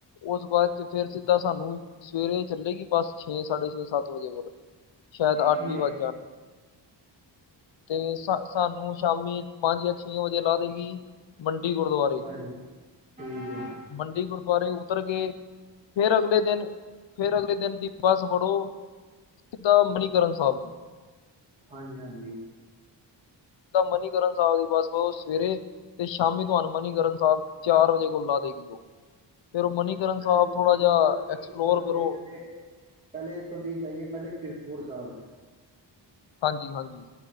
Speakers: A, on the left (about 80°); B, on the right (about 15°).
A: ਔਸ ਬੱਸ ਚ ਫੇਰ ਸਿੱਧਾ ਸਾਨੂੰ ਸਵੇਰੇ ਚੱਲੇਗੀ ਬਸ, ਛੇ, ਸਾਡੇ -ਛੇ, ਸੱਤ ਵਜੇ ਕੋਲ। ਸ਼ਾਇਦ ਅੱਠ
B: ਠੀਕ
A: ਵੀ ਵੱਜ
B: ਹੈ,
A: ਜਾਣ। ਤੇ ਸਾਨੂੰ ਸ਼ਾਮੀ ਪੰਜ ਜਾਂ ਛੇ ਵਜੇ ਲਾ ਦੇਗੀ ਮੰਡੀ ਗੁਰਦੁਆਰੇ।
B: ਹਾਂਜੀ ਠੀਕ ਹੈ
A: ਮੰਡੀ ਗੁਰਦੁਆਰੇ ਉੱਤਰ ਕੇ ਫੇਰ ਅਗਲੇ ਦਿਨ, ਫੇਰ ਅਗਲੇ ਦਿਨ ਦੀ ਬੱਸ ਫੜੋ। ਸਿਧਾ, ਮਨੀਕਰਨ ਸਹਿਬ।
B: ਹਾਂਜੀ-ਹਾਂਜੀ।
A: ਸੀਧਾ ਮਨੀਕਰਨ ਸਾਹਿਬ ਦੀ ਬੱਸ ਬਵੋ ਸਵੇਰੇ, ਤੇ ਸ਼ਾਮੀ ਤੁਹਾਨੂੰ ਮਨੀਕਰਨ ਸਾਹਿਬ। ਚਾਰ ਵਜੇ ਕੋਲ ਲਾਂ ਦੇਗੀ, ਔ ਫੇਰ ਔ
B: ਅੱਛਾ
A: ਮਨੀਕਰਨ ਸਾਹਿਬ
B: ਮਤਲਬ ਕਿ
A: ਥੋੜਾ ਜਿਹਾ
B: ਮਤਲਬ
A: ਐਕਸਪਲੋਰ ਕਰੋ।
B: ਕਿ ਪਹਿਲੇ- ਪਹਿਲੇ ਏੱਥੋਂ ਦੀ ਜਾਈਏ, ਪਹਿਲੇ ਕਿਰਤਪੁਰ ਸਾਹਿਬ।
A: ਹਾਂਜੀ ਹਾਂਜੀ।